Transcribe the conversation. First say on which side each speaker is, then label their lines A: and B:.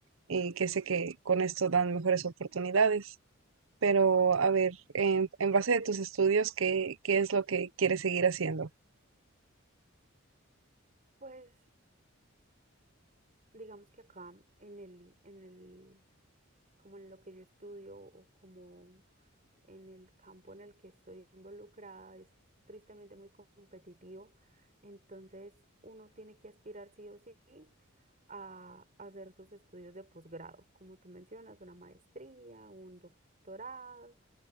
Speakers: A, on the right; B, on the right.
A: eh, que sé que con esto dan mejores oportunidades. Pero, a ver, en, en base de tus estudios, ¿qué, qué es lo que quieres seguir haciendo?
B: Pues digamos que acá en el, en el como en lo que yo estudio o como en el campo en el que estoy involucrada, es tristemente muy competitivo. Entonces, uno tiene que aspirar sí o sí a hacer sus estudios de posgrado, como tú mencionas, una maestría, un doctorado,